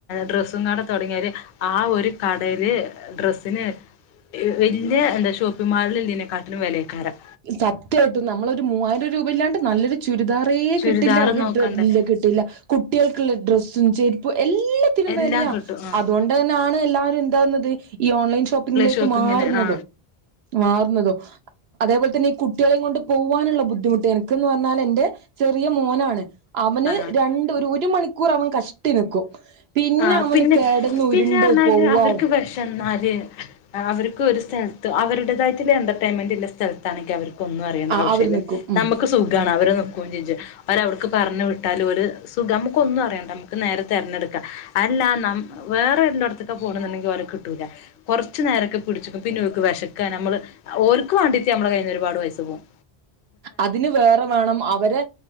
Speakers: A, on the left; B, on the right.
A: ഡ്രസ്സും കട തുടങ്ങിയാൽ ആ ഒരു കടയില് ഡ്രസ്സിന് വെ വെല്ലിയേ എന്താ ഷോപ്പിംഗ് മാളിൽ ഇല്ലീനെ കാട്ടിലും വെലെയ്ക്കാരം
B: സത്യായിട്ടും നമ്മളൊരു മൂവായിരം രൂപല്ലാണ്ട് നല്ലൊരു ചുര് ചുരിദാറേ
A: ചുരിദാർ
B: കിട്ടില്ല ഒരു
A: നോക്കണ്ടേ
B: ഡ്രെ ഇല്ല കിട്ടില്ല കുട്ടികൾക്കുള്ള ഡ്രസ്സും ചെര് എല്ലത്തിനും
A: എല്ലാം
B: വെലെയാ
A: കിട്ടും ആ
B: അതുകൊണ്ട് തന്നെയാണ് എല്ലാരും എന്താക്ന്നത് ഈ ഓൺലൈൻ ഷോപ്പിങ്ങിലേക്ക്
A: ഷോപ്പിങ്ങിന്
B: മാറുന്നതും
A: ആ
B: മാറുന്നതും അതേപോലെ ഈ കുട്ടിയെളേം കൊണ്ട് പോവാനുള്ള ബുദ്ധിമുട്ട്, എനിക്ക്ന്ന് പറഞ്ഞാൽ എന്റെ ചെറിയ മോനാണ് അവന്
A: ആ
B: രണ്ട് ഒരു ഒരു മണിക്കൂർ അവൻ കഷ്ട്ടി നിക്കും പിന്നെ
A: ആ
B: അവന്
A: പിന്നെ
B: കെടന്ന്
A: പിന്നെർഞ്ഞാൽ
B: ഉരുണ്ട് പോവാ
A: അവർക്ക് വെശന്നാൽ അവർക്ക് ഒരു സ്ഥലത്ത്, അവരുടേതായിട്ടുള്ള എന്റർടൈൻമെന്റ് ഉള്ള സ്ഥലത്താണെങ്കിൽ അവർ ഒന്നും അറിയേണ്ട
B: ആ
A: ആവശ്യമില്ല.
B: അവര് നിക്കും ഉം
A: നമുക്ക് സുഖാണ് അവര് നിക്കും ചെജ്ജും. അവര് അവർക്ക് പറഞ്ഞു വിട്ടാൽ ഒരു സുഖം നമുക്കൊന്നും അറിയണ്ട നമുക്ക് നേരെ തിരഞ്ഞെട് അല്ലാ വേറെ വെല്ലോട്ത്ക്കാ പോണ്ന്ണ്ടങ്കിൽ ഓലെ കിട്ടൂല കുറുച്ച് നേരൊക്കെ പിടിച്ച്ക്കും പി നോക്ക് വെശക്കാ നമ്മള് ഓല്ക്ക് വേണ്ടിട്ട് നമ്മടെ കയ്യ്ന്ന് ഒരുപാട് പൈസ പോകും
B: അതിന് വേറെ വേണം അവരെ